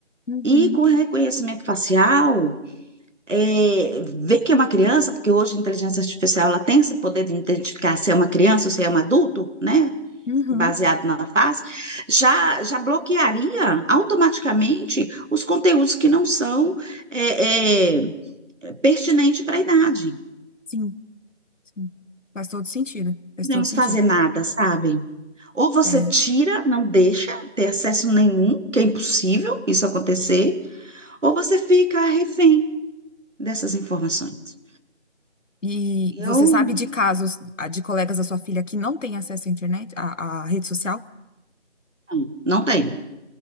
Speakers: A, on the left; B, on the right.
A: Uhum,
B: E com reconhecimento facial, eh, ver que é uma criança, porque hoje a inteligência artificial ela tem esse poder de identificar se é uma criança ou se é um adulto, né?
A: uhum,
B: baseado na fase, já, já bloquearia automaticamente os conteúdos que não são é, é, pertinentes para a idade.
A: sim, sim. Faz todo sentido, faz
B: Não
A: todo
B: podemos
A: sentido.
B: fazer nada, sabe? Ou você
A: É,
B: tira, não deixa ter acesso nenhum, que é impossível isso acontecer, ou você fica refém dessas informações.
A: e
B: Eu
A: você sabe de casos ah, de colegas da sua filha que não têm acesso à internet, à, à rede social?
B: não, não tenho.